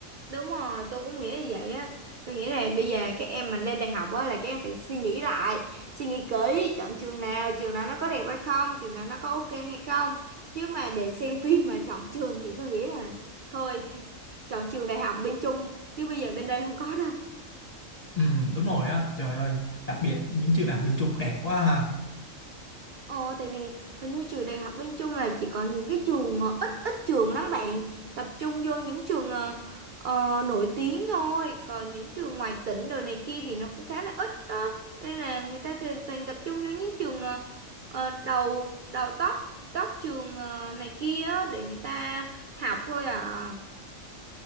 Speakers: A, on the right; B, on the left.
A: Đúng rồi, tôi cũng nghĩ như vậy á. Tôi nghĩ là bây giờ các em mình lên đại học á là các em phải suy nghĩ lại, suy nghĩ kỹ, chọn trường nào, trường nào nó có đẹp hay không, trường nào nó có ok hay không. Chứ mà để xem phim mà chọn trường thì tôi nghĩ là thôi, <laughs> chọn trường đại học bên Trung chứ bây giờ bên đây không có đâu.
B: ừ, đúng rồi á trời ơi đặc biệt những trường đại học bên Trung đẹp quá ha
A: Ờ, tại vì hình như trường đại học bên Trung là chỉ có những cái trường ờ, ít ít trường lắm bạn tập trung vô những trường ờ, ờ, nổi tiếng thôi còn những trường ngoài tỉnh đồ này kia thì nó cũng khá là ít đó nên là người ta thì toàn tập trung vô những trường ờ, ờ, đầu đầu top top trường ờ, này kia á, để người ta học thôi à